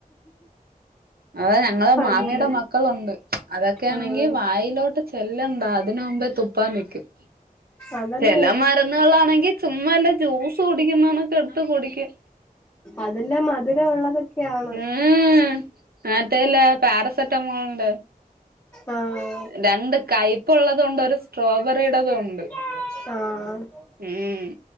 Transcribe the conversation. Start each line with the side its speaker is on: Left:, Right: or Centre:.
Right: അതെ ഞങ്ങളെ
Left: പണ്ട്
Right: മാമിയ്ടെ മക്കളുണ്ട് അതൊക്കൊയാണെങ്കി
Left: ആഹ്
Right: വായിലോട്ട് ചെല്ലണ്ടാ അതിന് മുമ്പേ തുപ്പാ നിക്കും
Left: അതല്ലേ
Right: ചെല മരുന്നുകളാണെങ്കി ചുമ്മാ വെല്ല ജ്യൂസ് കുടിക്കുന്നണക്ക് എടുത്ത് കുടിക്കും.
Left: അതെല്ലാം മധുരവൊള്ളതെക്കെയാണ്.
Right: ഉംഹ് മറ്റെല്ലെ പാരസെറ്റാമോള്ന്റെ?
Left: ആഹാ
Right: രണ്ട് കയ്പ്ള്ളതുവുണ്ട് ഒരു സ്ട്രോബെറിടതുവുണ്ട്.
Left: ആഹാ.
Right: മ്ഹ്